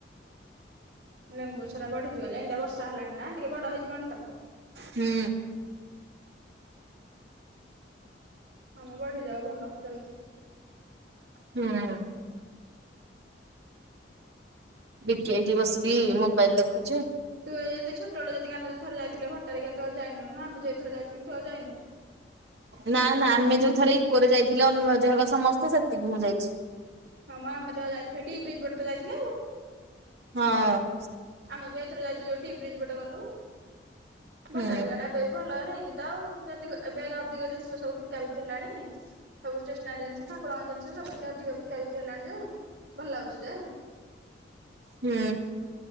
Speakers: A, on the right; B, on the right.
A: ଲେମ୍ବୁ ଗଛ ଟା ବଢ଼ିଯିବ ଯେନ୍ତିଆ ବର୍ଷ ସା ହେଲାଣି ନା ଟିକେ ବଡ଼ ହେଇଯିବଣି ତ।
B: ହୁଁ
A: ହମ ବଢିଯାଉ ଭଲ ଜଲଦି।
B: ହୁଁ ବିକି ଏଇଠି ବସିକି ମୋବାଇଲ ଦେଖୁଛି।
A: ତୁ ଏ ଯଦି ଛୋଟବେେଳେ ଯଦି ଆମେ ଯୋଉଥରେ ଯାଇଥିଲେ ଭଟ୍ଟାରିକା। ତୁ ଆଉ ଯାଇନୁ ନୁହଁ ଆମେ ଯଉ ଥର ଯାଇଥିଲୁ ତୁ ଆଉ ଯାଇନୁ।
B: ନା ନା ଆମେ ଯୋଉ ଥରେ ଇକୋରେ ଯାଇଥିଲେ ଅନୁ ଭାଉଜ ହକା ସମସ୍ତେ ସେତିକି ମୁଁ ଯାଇଚି।
A: ହଁ ମ ଆମେ ତ ଯାଇଥିଲେ ଟି ବ୍ରିଜ ପଟେ ତ ଯାଇଥିଲେ ଆଉ
B: ହଁ ଅଂ
A: ଆମେ ବି ଏଇଥର ଯାଇଥିଲୁ ଯୋଉ ଟି ବ୍ରିଜ ପଟେ ଗଲୁ
B: ହୁଁ
A: ଭଟ୍ଟାରିକା ଟା ଏବେ ବି ଭଲ ହେଇନି। ତ ଆଉତି ଏବେ ଅଧିକ ଜିନିଷ ସବୁ ବିକା ବିକି ହେଲାଣି। ସବୁ ଷ୍ଟେସନାରୀ ଜିନିଷ ଠାକୁରଙ୍କ ଜିନିଷ ସବୁ ଏମିତି ଅଧିକ ବିକା ବିକା ହେଲାଣି ଯୋଉ ଭଲ ଲାଗୁଛି ଯେ
B: ହୁଁ।